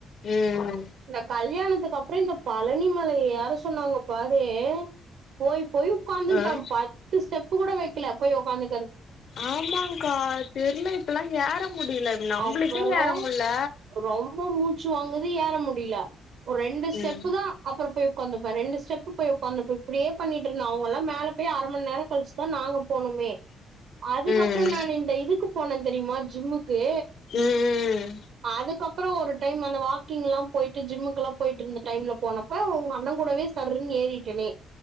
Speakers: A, on the left; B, on the right.
A: ம் ம்
B: இந்த கல்யாணத்துக்கு அப்புற இந்த பழனிமலைய ஏற சொன்னாங்க பாரு போய் போய் உக்காந்துகிட்ட
A: ம்
B: பத்து ஸ்டெப்பு கூட வைக்கல பேய் உக்காந்து
A: ஆமாங்க்கா தெரில இப்பெல்லா ஏற முடியில நம்பளுக்கே
B: அப்புறோ
A: ஏற முட்ல
B: ரொம்ப மூச்சு வாங்குது ஏற முடியில ஒரு ரெண்டு ஸ்டெப்பு
A: ம்
B: தா அப்புற போய் உக்காந்துப்ப ரெண்டு ஸ் செப்பு போய் உக்காந்துப்ப இப்புடியே பண்ணிட்டு இருந்த அவுங்கல்லா மேல பேய் அர மண் நேர கழிச்சுதா நாங்க போனோமே அதுக்கப்புற
A: ம்
B: நான் இந்த இதுக்கு போனேந் தெரியுமா ஜிம்முக்கு
A: ம்
B: அதுக்கப் புறோ ஒரு டைம் அந்த வாக்கிங் ல்லா போய்ட்டு ஜிம்முக்கு எல்லா போய்ட்டிருந்த டைம்ல போனப்ப உங்க அண்ணங் கூடவே சர்ருனு ஏ ஏறிட்டனே